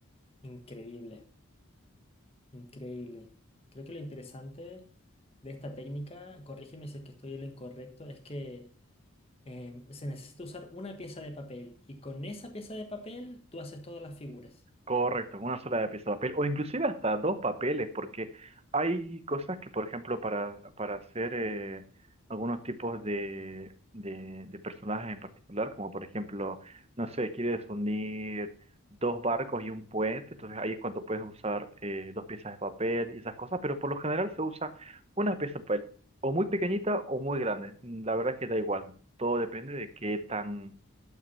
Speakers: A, on the left; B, on the right.
A: increíble, increíble. Creo que lo interesante de esta técnica, corrígeme si es que estoy en lo incorrecto, es que em, se necesita usar una pieza de papel y con esa pieza de papel tú haces todas las figuras.
B: Correcto, con una sola pieza de papel, o inclusive hasta dos papeles, porque hay cosas que, por ejemplo, para, para hacer eh, algunos tipos de, de, de personajes en particular, como por ejemplo, no sé, quieres unir dos barcos y un puente, entonces ahí es cuando puedes usar eh, dos piezas de papel y esas cosas, pero por lo general se usa una pieza de papel, o muy pequeñita o muy grande, la verdad es que da igual, todo depende de qué tan